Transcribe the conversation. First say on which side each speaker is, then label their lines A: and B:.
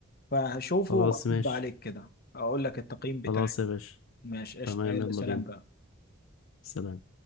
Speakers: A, on the left (about 45°); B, on the left (about 70°).
A: فهشوفه
B: خلاص
A: وأرد
B: ماشي
A: عليك كده أقول لك التقييم بتاعي
B: خلاص يا باشا
A: ماشي قشطة
B: تمام
A: يلا
B: يلا
A: سلام
B: بينا
A: بقى
B: سلام